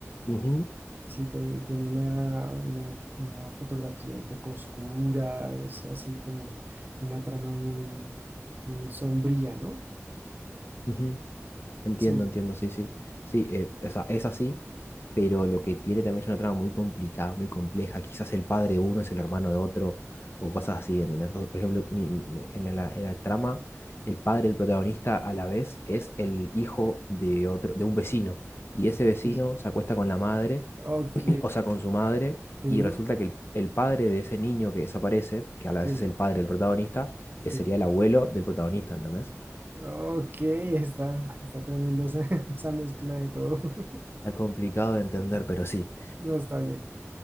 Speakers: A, on the left; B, on the right.
A: Ujú,
B: Sí, tiene, tiene una, una, una fotografía un poco oscura, es así como una trama muy, muy sombría, ¿no?
A: ujú. Entiendo,
B: Sí.
A: entiendo, sí, sí. Sí, eh, o sea, es así, pero lo que tiene también es una trama muy complicada, muy compleja. Quizás el padre de uno es el hermano de otro, o cosas así, ¿entendés? O, por ejemplo, mi- mi- en la, en la trama, el padre del protagonista a la vez es el hijo de otro, de un vecino. Y ese vecino
B: <laughs>
A: se acuesta con la madre,
B: Ok,
A: <clears throat> o sea, con su madre,
B: sí,
A: y resulta que el, el padre de ese niño que desaparece, que a la
B: sí,
A: vez es el padre del protagonista, eh,
B: sí.
A: sería el abuelo del protagonista, ¿entendés?
B: Ok, está, está tremenda esa, <laughs> esa mezcla de todo. <laughs>
A: Está complicado de entender, pero sí.
B: No está bien.